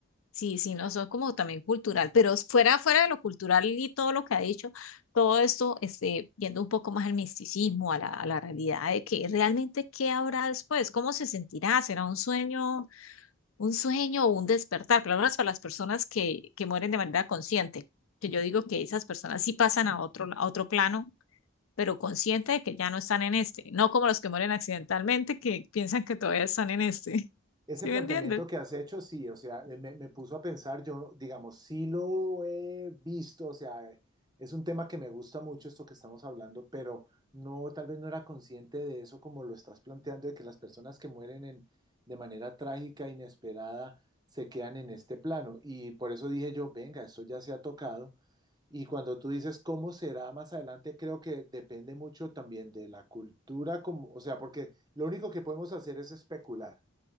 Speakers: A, on the left; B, on the right.
A: Sí, sí, no, eso es como también cultural, pero fuera, fuera de lo cultural y todo lo que ha dicho, todo esto, este, viendo un poco más al misticismo, a la, a la realidad de que realmente qué habrá después, cómo se sentirá, será un sueño, un sueño o un despertar, por lo menos para las personas que, que mueren de manera consciente, que yo digo que esas personas sí pasan a otro, a otro plano pero consciente de que ya no están en este, no como los que mueren accidentalmente que piensan que todavía están en este. <laughs>
B: Ese
A: ¿Sí
B: planteamiento
A: me entiendes?
B: que has hecho, sí, o sea, me, me puso a pensar, yo, digamos, sí lo he visto, o sea, eh, es un tema que me gusta mucho esto que estamos hablando, pero no, tal vez no era consciente de eso como lo estás planteando, de que las personas que mueren en, de manera trágica, inesperada, se quedan en este plano. Y por eso dije yo, venga, esto ya se ha tocado. Y cuando tú dices cómo será más adelante, creo que depende mucho también de la cultura, como, o sea, porque lo único que podemos hacer es especular.